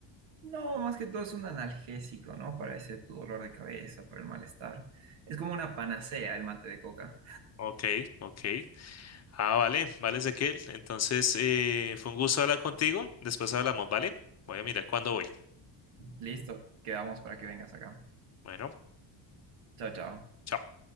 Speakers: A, on the right; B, on the left.
A: No, más que todo es un analgésico, ¿no? Para ese tu dolor de cabeza, para el malestar. Es como una panacea el mate de coca.
B: Ok, ok. Ah, vale, vale, Ezequiel. Entonces, eh, fue un gusto hablar contigo. Después hablamos, ¿vale? Voy a mirar cuándo voy.
A: Listo, quedamos para que vengas acá.
B: Bueno.
A: Chao, chao.
B: chao.